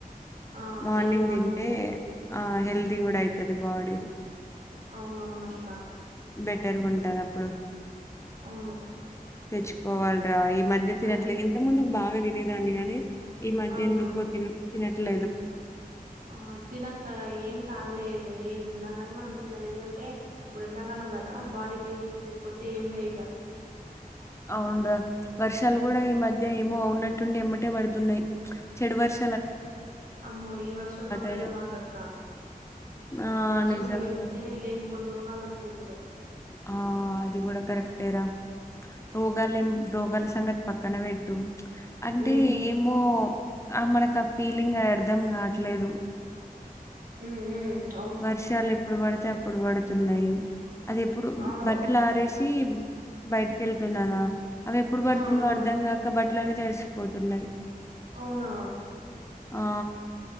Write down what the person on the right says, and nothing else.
ఆ
ఎర్లీ
తినేసేయ్
అవున అవును అత్త
అవును
అన్
అవునవును
ఆ తిన అక్క ఏం కాదలే ఏది ఉన్నా కానీ మనం తినాలి ఎందుకంటే ఇప్పుడు ఎండాకాలం కదా బాడీ డిహైడ్రేట్ అయిపోతే ఏం లే ఇగా
అమ్మో ఈ వర్షంలో వెళ్ళమాక
అక్క
వర్షంలో
వెళ్తే లేని పో కొన్ని రోగాలు వస్తాయి ఇప్పుడు
ఉమ్
ఉమ్
ఉహు హు
అవును
ఆ ఆ
అవునా